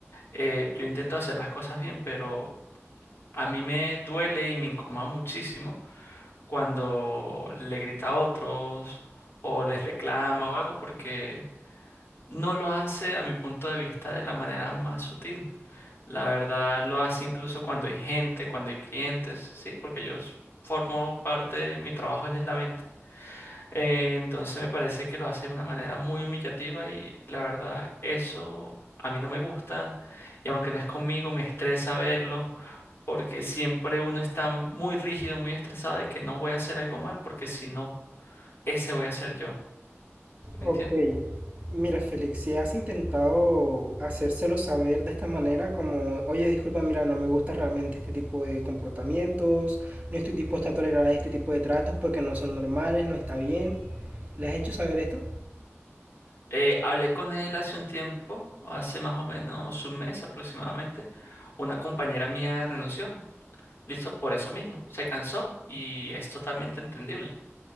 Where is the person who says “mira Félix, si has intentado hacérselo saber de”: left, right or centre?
Right